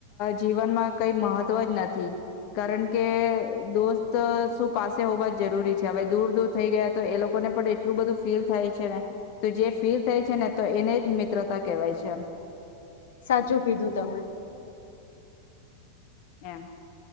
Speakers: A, on the left; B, on the left.
A: જીવનમાં કઈ મહત્વ જ નથી કારણ કે દોસ્ત શું પાસે હોવા જ જરૂરી છે હવે દૂર દૂર થઈ ગયા તો એ લોકોને પણ એટલું બધું ફીલ થાય છે ને તો જે ફીલ થાય છે ને તો એને જ મિત્રતા કહેવાય છે એમ
B: સાચું કીધું તમે
A: એમ